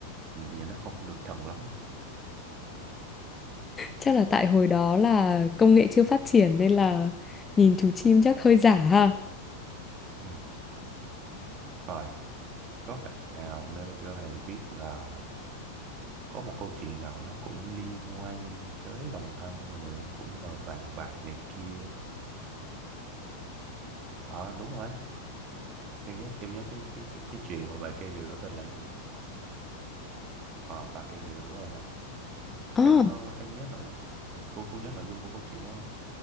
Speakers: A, on the right; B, on the left.
A: nhìn nó không được thần lắm
B: Chắc là tại hồi đó là công nghệ chưa phát triển nên là nhìn chú chim chắc hơi giả ha.
A: ừ. rồi có bạn nào nêu cho thầy biết là có một câu chuyện nào nó cũng liên quan tới lòng tham con người không cũng là vàng bạc này kia á. ờ đúng rồi em nhớ em nhớ cái cái cái, cái chuyện mà về cây rìu đó tên là gì ờ ba cây rìu đúng rồi hả
B: À,
A: em ờ, em nhớ nội cô cô nhớ nội dung của câu chuyện đó không?